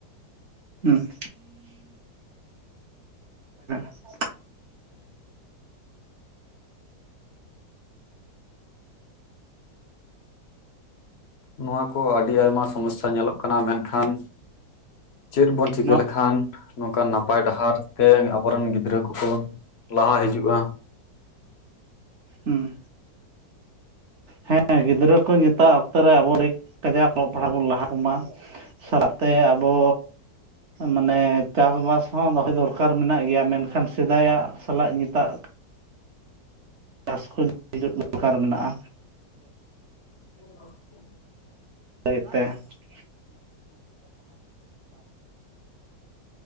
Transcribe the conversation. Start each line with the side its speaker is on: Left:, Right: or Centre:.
Right: ᱦᱩᱸ <inaudible> <unintelligible>
Left: ᱱᱚᱣᱟ ᱠᱚ ᱟᱹᱰᱤ ᱟᱭᱢᱟ ᱥᱚᱢᱚᱥᱟ ᱧᱮᱞᱚᱜ ᱠᱟᱱᱟ ᱢᱮᱱᱠᱷᱟᱱ ᱪᱮᱫ ᱵᱚᱱ ᱪᱤᱠᱟᱹ
Right: ᱱᱚᱣᱟ
Left: ᱞᱮᱠᱷᱟᱱ? ᱱᱚᱝᱠᱟᱱ ᱱᱟᱯᱟᱭ ᱰᱟᱦᱟᱨ ᱛᱮ ᱟᱵᱚᱨᱮᱱ ᱜᱤᱫᱽᱨᱟᱹ ᱠᱚᱠᱚ ᱞᱟᱦᱟ ᱦᱤᱡᱩᱜᱼᱟ᱾
Right: ᱦᱩᱸ ᱦᱮᱸ ᱜᱤᱫᱽᱨᱟᱹ ᱠᱚ ᱱᱮᱛᱟᱨ ᱚᱠᱛᱚ ᱨᱮ ᱟᱵᱚ ᱠᱟᱡᱟᱠ ᱚᱞᱚᱜ ᱯᱟᱲᱦᱟᱜ ᱵᱚᱱ ᱞᱟᱦᱟ ᱠᱚ ᱢᱟ᱾ ᱥᱟᱞᱟᱜ ᱛᱮ ᱟᱵᱚ ᱢᱟᱱᱮ ᱪᱟᱥᱼᱵᱟᱥ ᱦᱚᱸ ᱫᱚᱦᱚᱭ ᱫᱚᱨᱠᱟᱨ ᱢᱮᱱᱟᱜ ᱜᱮᱭᱟ ᱢᱮᱱᱠᱷᱟᱱ ᱥᱮᱫᱟᱭᱟᱜ ᱥᱟᱞᱟᱜ ᱱᱤᱛᱟᱜ ᱪᱟᱥ ᱠᱚ ᱦᱤᱡᱩᱜ ᱫᱚᱨᱠᱟᱨ ᱢᱮᱱᱟᱜᱼᱟ᱾
Left: <inaudible>
Right: <unintelligible> <unintelligible> <unintelligible>